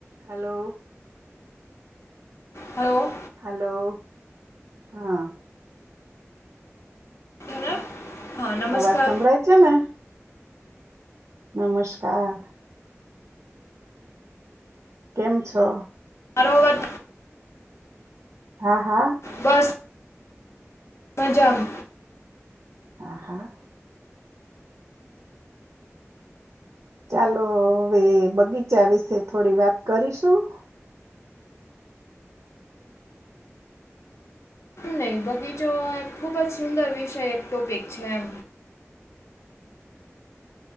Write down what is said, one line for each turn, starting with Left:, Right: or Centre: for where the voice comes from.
Right: Hello
Left: hello
Right: hello હા
Left: hello? હા નમસ્કાર
Right: અવાજ સંભળાય છે ને? નમસ્કાર કેમ છો?
Left: મારો અવાજ
Right: હા હા
Left: બસ મજ
Right: હા હા ચાલો હવે બગીચા વિશે થોડી વાત કરીશું?
Left: નહીં બગીચો એ ખુબ જ સુંદર વિષય એક ટોપિક છે એમ.